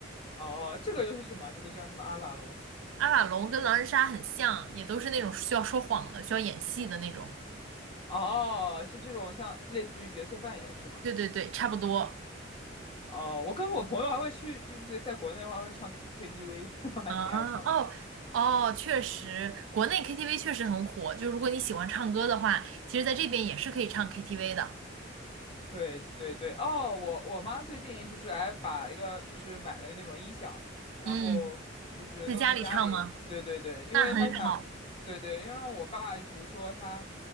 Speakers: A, on the left; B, on the right.
A: 哦，这个又是什么？这个叫什么阿拉隆？
B: 阿瓦隆跟狼人杀很像，也都是那种需要说谎的、需要演戏的那种。
A: 哦，就这种像类似于角色扮演是吗？
B: 对对对，差不多。
A: 哦，我跟我朋友还会去，就是在国内的话会唱 KTV，<laughs> 还挺爱唱的。
B: 啊，哦哦，确实，国内 KTV 确实很火。就如果你喜欢唱歌的话，其实在这边也是可以唱 KTV 的。
A: 对对对，哦，我我妈最近就是还把一个就是买了那种音响，然后就是弄在家里。
B: 嗯。在家里唱吗？
A: 对对对，因为她想，
B: 那很好
A: 对对，要让我爸就比如说他